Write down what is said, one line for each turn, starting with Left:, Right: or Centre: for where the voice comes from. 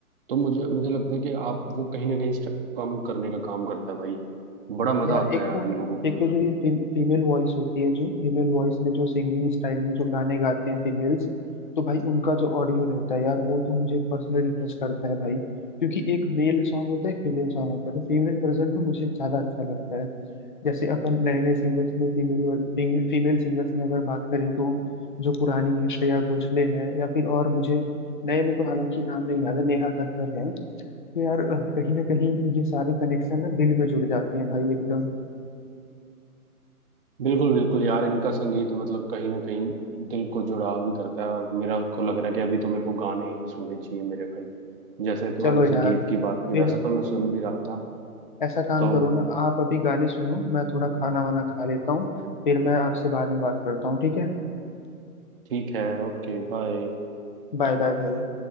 Right: तो मुझे मुझे लगता है कि आप वो कहीं ना कहीं स्ट्रेस कम करने का काम करता है भाई बड़ा मजा
Left: यार
Right: आता
Left: एक
Right: है यार
Left: तो
Right: इन लोगों को
Left: एक
Right: मतलब
Left: तो जो ये फी, फीमेल वॉइस होती है जो फीमेल वॉइस में जो सिंगिंग स्टाइल में जो गाने गाते हैं फीमेल्स तो भाई उनका जो ऑडियो रहता है यार वो तो मुझे पर्सनली टच करता है भाई क्योंकि एक मेल सॉन्ग होता है फीमेल सॉन्ग होता है तो फीमेल वर्जन में मुझे ज्यादा अच्छा लगता है जैसे अपन नए नए सिंगर्स में फीमेल फीमेल सिंगर्स में अगर बात करें तो जो पुरानी है श्रेया घोषाले हैं या फिर और मुझे नए में तो हालांकि नाम नहीं याद है नेहा कक्कर हैं तो यार अ, कहीं ना कहीं ये सारे कनेक्शन ना दिल में जुड़ जाते हैं भाई एकदम
Right: बिल्कुल बिल्कुल यार इनका संगीत मतलब कहीं ना कहीं दिल को जुड़ाव ही करता है और मेरा को लग रहा है कि अभी तो मेरे को गाने ही सुनने चाहिए मेरे भाई जैसे तो
Left: चलो
Right: हमने
Left: यार
Right: संगीत की बात की
Left: फिर
Right: वैसे तो मैं सुन भी रहा था
Left: ऐसा काम
Right: तो
Left: करो ना आप अभी गाने सुनो मैं थोड़ा खाना वाना खा लेता हूँ फिर मैं आपसे बाद में बात करता हूँ ठीक है
Right: ठीक है ओके बाय
Left: बाय बाय भाई